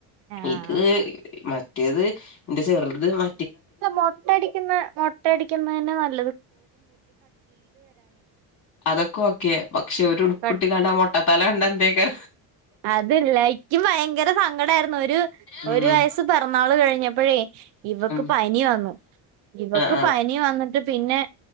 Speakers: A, on the right; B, on the left.
A: ആഹ്
B: ഇത് മ റ്റേത് എന്റെ ചെറ്ത് മ
A: ഇ മൊട്ടടിക്കുന്ന മൊട്ടടിക്കുന്നന്നെ <unintelligible>
B: അതൊക്കെ ഓക്കേ പക്ഷെ ഒരു ഉടുപ്പിട്ട്
A: കട്
B: കണ്ട മുട്ടത്തല കണ്ട ന്തേക്ക
A: അതല്ല എിക്കും ഭയങ്കര സങ്കടമായിരുന്നു ഒരു
B: ഉം
A: ഒരു വയസ് പിറന്നാൾ കഴിഞ്ഞപ്പോഴേ ഇവക്ക്
B: ഉം
A: പനി വന്നു ഇവക്ക്
B: ആഹ്
A: പനി വന്നിട്ട് പിന്നെ